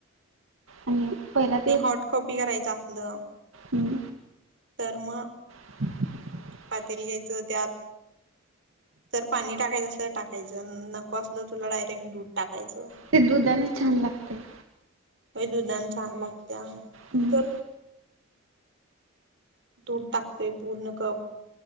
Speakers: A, on the right; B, on the right.
A: हुं पहिलात
B: मी हॉट कॉपी करायचं आपलं.
A: हम्म.
B: तर मग.
A: <inaudible>
B: पातेलं घ्यायचं त्यात, तर पाणी टाकायचं असलं तर टाक त्याच्या न नको असलं तुला डायरेक्ट दूध टाकायचं.
A: ती दुधान छान लागतंय.
B: ते दुधान छान लागत्या होय,
A: हम्म
B: तर दूध टाकते पूर्ण कप.